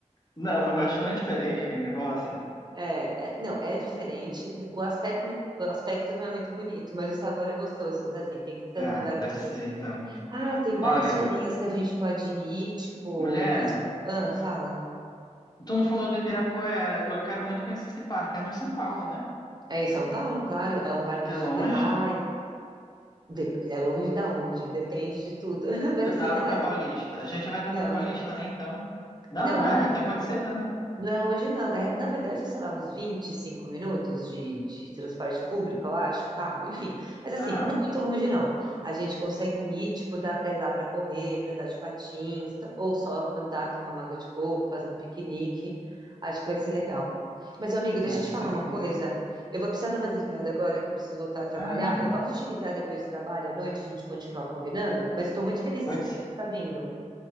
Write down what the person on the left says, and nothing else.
Não, mas eu acho tão diferente aquele negócio.
Ah,
deve
ser, então.
Olha,
mulher,
tu não falou do Ibirapuera. Eu quero muito conhecer esse parque. É no São Paulo, né?
É
longe?
do-
da,
da
Paulista. A gente vai estar
na Paulista,
né? Então. Não,
ah,
então
pode ser também.
Ah,
ah,
com
certeza.
Ah,
pode
sim,